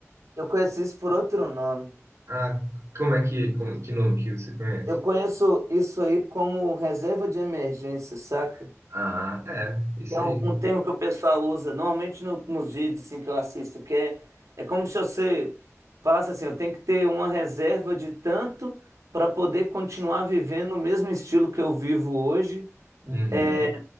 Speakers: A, on the right (about 85°); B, on the right (about 65°).
A: eu conheço isso por outro nome.
B: ah, como é que, como, que nome que você conhece?
A: Eu conheço isso aí como reserva de emergência, saca?
B: Ah, é, isso
A: é
B: aí.
A: um, um termo que o pessoal usa, normalmente no- nos vídeos assim, que eu assisto, que é, é como se você falasse assim, eu tenho que ter uma reserva de tanto para poder continuar vivendo o mesmo estilo que eu vivo hoje,
B: Uhum,
A: eh,